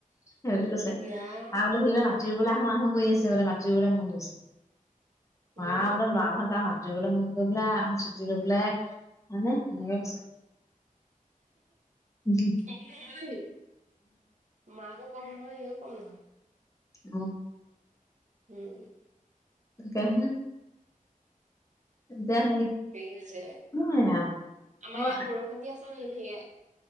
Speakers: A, on the left; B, on the right.
A: সেই বুলি কৈছে।
B: ইয়া
A: আৰু বুলে সি বুলে
B: উম
A: আহো আহো কৰি আছে বোলে মাতিবলে মন গৈছে
B: উম
A: আ বোলো ল'ৰা হতা মাত বলৈ মন কৰি পেলাই আহ ছুটি লৈপেলাই আহানে সেনেকে কৈছে উম
B: হে হে হে কম নহয় সি মাকো কম নহয় সিও কম নহয়।
A: উম
B: উম
A: তাকেহে এতিয়া হেৰি
B: তেল যে আমাৰ
A: সেয়াই আৰু অ
B: ইয়াত বৰষুণ দি আছে মিহি মিহিকে